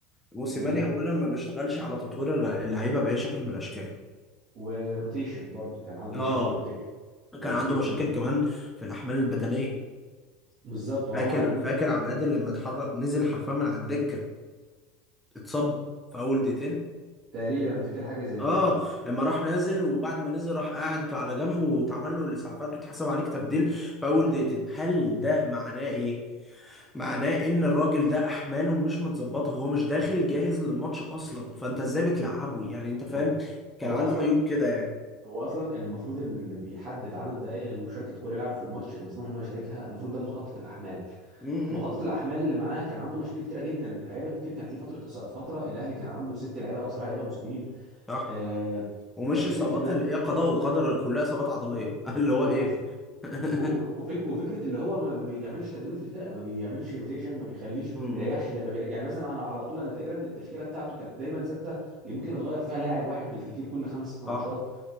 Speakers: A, in the centre; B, on the right.
A: موسيماني
B: اللي هي
A: اولا ما بيشتغلش على تطوير اللع- اللعيبه باي شكل من الاشكال
B: والروتيشن برضو كان عنده
A: اه
B: مشاكل في الروتيشن لو
A: كان
B: تفتكر
A: عنده مشاكل
B: لا
A: كمان في الأحمال البدنية
B: بالظبط ما
A: فاكر
B: هو دي
A: فاكر
B: نقطة
A: عبد
B: مهمة.
A: القادر لما اتحرك نزل حرفيا من على الدكة اتصاب في أول دقيقتين
B: تقريبا انا فاكر حاجه زي
A: اه
B: كده
A: لما راح نازل وبعد ما نزل راح قاعد على جنب واتعمل له الإسعافات واتحسب عليك تبديل في أول دقيقتين هل ده معناه إيه؟ معناه إن الراجل ده أحماله مش متظبطة هو مش داخل جاهز للماتش أصلا فأنت إزاي بتلعبه؟ يعني أنت فاهم
B: هو
A: كان
B: هو
A: عنده
B: اصلا
A: عيوب كده يعني
B: هو اصلا المفروض ان اللي بيحدد عدد دقائق مشاركه كل لاعب في الماتش المسموح ان هو يشاركها المفروض ده مخطط الاحمال
A: امم
B: مخطط الاحمال اللي معاه كان عنده مشاكل كتيره جدا اللعيبه كتير كان في فتره إصابة- فتره الاهلي كان عنده ست لعيبه او سبع لعيبه مصابين
A: صح
B: آه،
A: ومش
B: آه، فكره
A: إصابات
B: ان
A: اللي هي قضاء وقدر كلها إصابات عضلية
B: بالظبط
A: <laughs> اللي هو
B: وف-
A: إيه؟ <laughs>
B: وف- وفك وفكره اللي هو ما ما بيعملش تدوير في الفرقه ما بيعملش روتيشن ما بيخليش
A: امم
B: يريحش
A: امم،
B: لا ما بيريح يعني مثلا انا على طول انا تقريبا التشكيله بتاعته كانت دايما ثابته يمكن اتغير فيها لاعب واحد بالكتير كل خمس ست ماتشات
A: صح